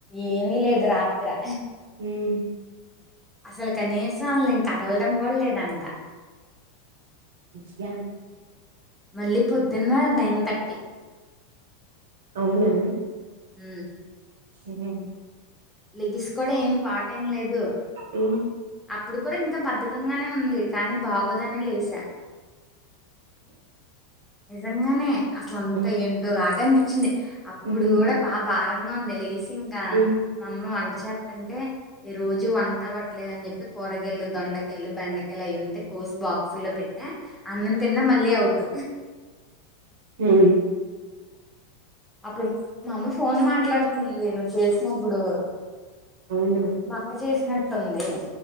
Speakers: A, in the centre; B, on the right.
A: ఏమీ లేదు రాత్రా
B: ఉమ్,
A: అసలు కనీసం అల కదలడం కూడా లేదంట
B: స్య
A: మళ్ళీ పొద్దున్న నైన్ థర్టీ
B: అవునా
A: ఉ
B: ఉహు
A: లెగిస్ కూడా ఏం పాట ఏం లేదు
B: ఆ
A: అప్పుడు కూడా ఇంకా బద్ధకంగానే ఉంది కానీ బాగోదని లేసా నిజంగానే అసలు అంతా
B: ఆ,
A: ఏంటో లాగా అనిపించింది అప్పుడు
B: ఉమ్,
A: కూడా బా భారంగా ఉంది లేసి ఇంకా
B: ఉమ్,
A: మా అమ్మ వంట చెత్తంటే ఈ రోజు వంట అవ్వట్లేదు అని చెప్పి కూరగాయలు దొండకాయలు బెండకాయలు అయ్ ఇంటే కోస్ బాక్ ల్లో పెట్టా అన్నం తిన్న మళ్ళీ అవుట్
B: ఉమ్,
A: అప్పుడు మామ్మ ఫోన్ మాట్లాడుతుంది నువ్వు చేసినప్పుడు
B: అవునా
A: మా అక్క చేసినట్ ట్టుంది